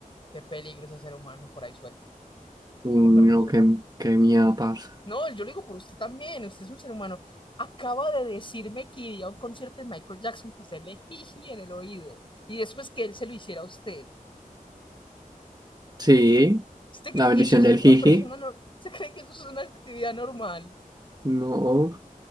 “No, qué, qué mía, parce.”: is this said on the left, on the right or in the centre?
Right